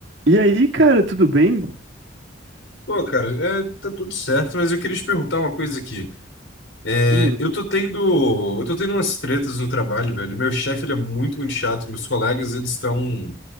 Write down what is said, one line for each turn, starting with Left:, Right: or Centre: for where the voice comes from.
Right: E aí, cara, tudo bem?
Left: Pô, cara, é, tá tudo certo, mas eu queria te perguntar uma coisa aqui. É,
Right: Hum,
Left: eu tô tendo, eu tô tendo umas tretas no trabalho, velho. Meu chefe, ele é muito, muito chato. Meus colegas, eles estão...